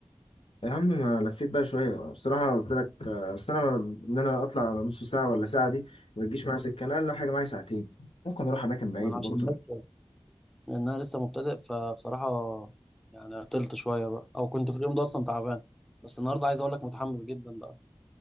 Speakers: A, on the left (about 80°); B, in the centre.
A: يا عم ما لفيت بقى شويه بصراحه قلت لك آه، اصل انا ب- ان انا اطلع نص ساعه ولا ساعه دي ما تجيش معايا سكه انا اقل حاجه معايا ساعتين ممكن اروح اماكن بعيده
B: ما أنا عشان
A: برضه
B: بس لأن أنا لسه مبتدئ فبصراحة يعني عطلت شوية بقى أو كنت في اليوم ده أصلا تعبان بس النهاردة عايز أقول لك متحمس جدا بقى